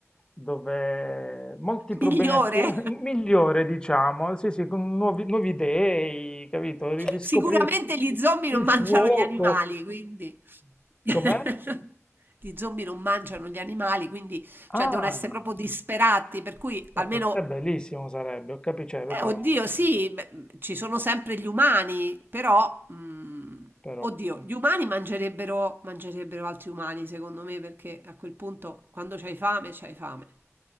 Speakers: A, on the left (about 15°); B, on the right (about 40°).
A: dove molti problemi
B: <laughs> Migliore.
A: attuali, <laughs> migliore, diciamo, sì, sì, con nuovi, nuovi dei, capito? Ri- Riscoprire
B: Sicuramente gli zombie
A: il
B: non mangiano
A: fuoco,
B: gli animali, quindi <laughs>
A: com'è?
B: gli zombie non mangiano gli animali, quindi cioè
A: Ah,
B: devono essere proprio disperati, per cui almeno
A: beh, per te bellissimo sarebbe, ho capito, cioè, proprio,
B: Beh, oddio, sì, beh, ci sono sempre gli umani, però, mm,
A: però,
B: oddio, gli umani mangerebbero, mangerebbero altri umani, secondo me, perché a quel punto, quando c'hai fame, c'hai fame.